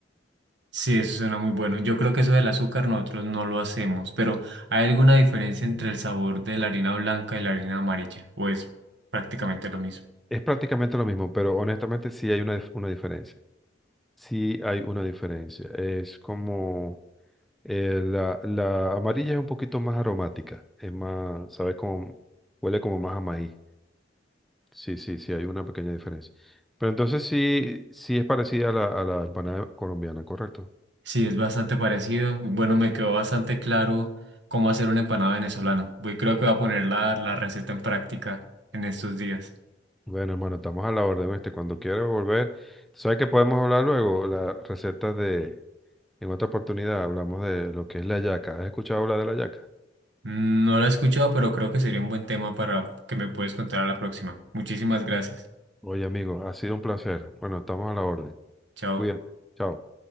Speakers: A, on the right; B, in the centre.
A: sí, eso suena muy bueno. Yo creo que eso del azúcar nosotros no lo hacemos, pero ¿hay alguna diferencia entre el sabor de la harina blanca y la harina amarilla? o es prácticamente lo mismo.
B: Es prácticamente lo mismo, pero honestamente sí hay una, dif- una diferencia. Sí hay una diferencia. Es como eh, la, la amarilla es un poquito más aromática, es más, sabe como, huele como más a maíz. Sí, sí, sí, hay una pequeña diferencia. Pero entonces sí, sí es parecida a la, a la empanada colombiana, correcto.
A: Sí, es bastante parecido. Bueno, me quedó bastante claro cómo hacer una empanada venezolana. Voy, creo que voy a poner la, la receta en práctica en estos días.
B: Bueno, hermano, estamos a la orden, este. Cuando quieras volver, tú sabes que podemos hablar luego. Las recetas de, en otra oportunidad hablamos de lo que es la yaca. ¿Has escuchado hablar de la yaca?
A: Mm, No la he escuchado, pero creo que sería un buen tema para que me puedes contar a la próxima. Muchísimas gracias.
B: Oye, amigo, ha sido un placer. Bueno, estamos a la orden.
A: Chao.
B: Cuídate. Chao.